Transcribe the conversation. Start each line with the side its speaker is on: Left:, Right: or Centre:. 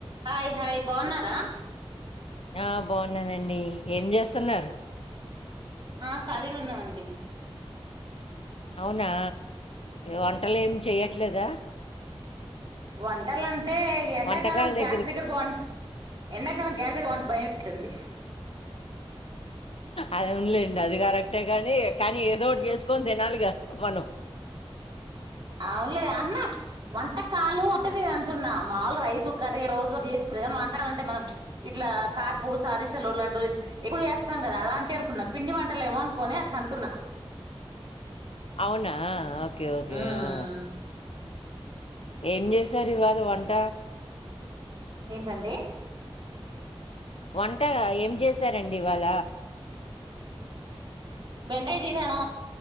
Right: Hi hi బాగున్నారా
Left: ఆ బాగున్నానండి. ఏం చేస్తున్నారు.
Right: ఆ కాళీగా ఉన్నామండి.
Left: అవునా వంటలు ఏమి చెయట్లేదా
Right: వంటలు అం అంటే ఎండాకాలం
Left: వంటకాల
Right: గ్యాస్
Left: దగ్గరికి
Right: దగ్గర బావ్ ఎండాకాలం గ్యాస్ కి భయమతుంది.
Left: అదిలేం <unintelligible> అంతే గానీ ఏదో ఒకటి చేసుకొని తినాలిగా మనం
Right: అవునులే అన్న వంటకాలు అంటే నేను అంటున్నా, మాలు రైస్ కుక్కర్ ఏ రోజు చేసుకునేనీ వంటకాలు అంటే మనం ఇట్లా కాపు సరిసలు, లడ్డూలు ఎక్కువ చేస్తాం. కదా అలాంటివి అనుకున్నా పిండి వంటలు ఏమో అనుకోని అట్లా అంటున్నా
Left: అవునా ఓకే ఓకే
Right: ఉమ్
Left: ఆ ఏం చేసారు. ఇవాళ వంట
Right: ఏంటండి.
Left: వంట ఏం చేశారండి. ఇవాళ
Right: బెండాయ్ చేసాను